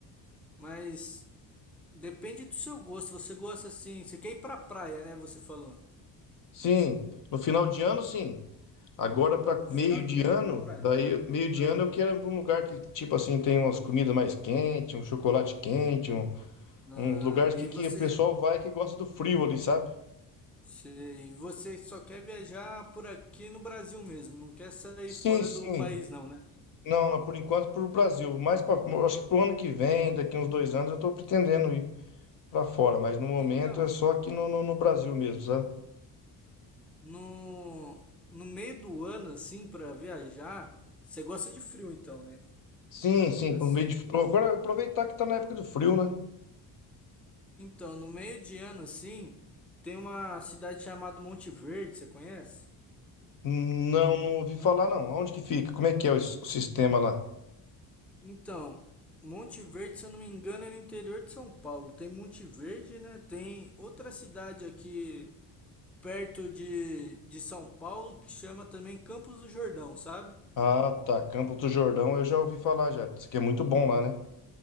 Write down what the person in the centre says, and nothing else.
Mas depende do seu gosto. Você gosta assim, você quer ir pra praia, né? Você falou.
No
final
de ano
pra praia.
Ah,
ah,
e
você,
sei, e você só quer viajar por aqui no Brasil mesmo, não quer sair
fora
do país não, né?
Então,
no, no meio do ano assim pra viajar, você gosta de frio então, né?
Assim,
Então, no meio de ano, assim, tem uma cidade chamada Monte Verde, você conhece?
Então, Monte Verde, se eu não me engano, é no interior de São Paulo. Tem Monte Verde, né? Tem outra cidade aqui perto de, de São Paulo que chama também Campos do Jordão, sabe?